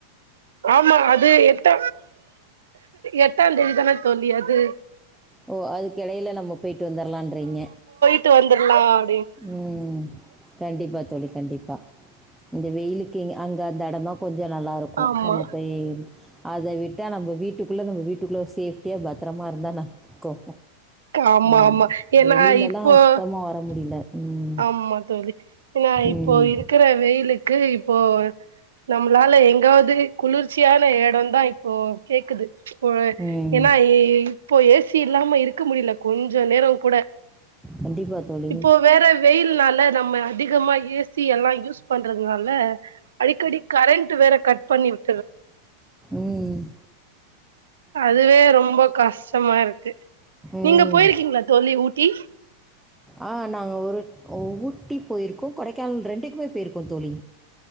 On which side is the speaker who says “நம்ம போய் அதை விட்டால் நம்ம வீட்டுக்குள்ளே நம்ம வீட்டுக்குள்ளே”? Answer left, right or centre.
Centre